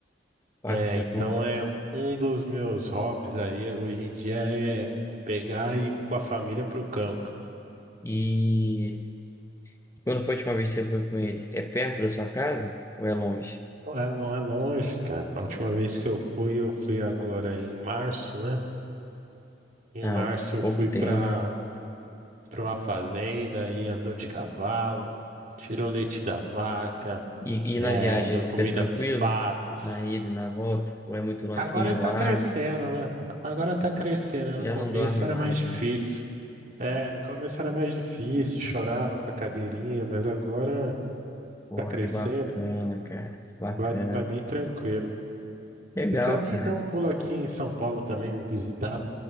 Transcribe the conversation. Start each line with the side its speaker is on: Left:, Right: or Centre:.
Left: Bacana.
Right: É, então é um um dos meus hobbies aí hoje em dia é pegar e ir com a família pro campo.
Left: E quando foi a última vez que você foi com ele? É perto da sua casa ou é longe?
Right: Não é, não é longe, cara. A última vez que eu fui, eu fui agora em março, né? Em
Left: Ah,
Right: março eu
Left: pouco
Right: fui
Left: tempo.
Right: para para uma fazenda aí andou de cavalo, tirou leite da vaca,
Left: E,
Right: é,
Left: e na viagem
Right: deu
Left: ele
Right: comida
Left: fica tranquilo?
Right: pros patos.
Left: Na ida e na volta? Ou é muito longe,
Right: Agora
Left: fica enjoado?
Right: ele tá crescendo, né? Agora tá crescendo, né?
Left: Já
Right: No começo
Left: não dorme
Right: era
Left: mais,
Right: mais difícil.
Left: né?
Right: É, no começo era mais difícil, chorava com a cadeirinha, mas agora
Left: Pô,
Right: tá crescendo,
Left: <laughs> que bacana, cara. Que bacana.
Right: vai, vai bem tranquilo.
Left: Legal,
Right: Você precisa vir
Left: cara.
Right: dar um pulo aqui em São Paulo também, me visitar,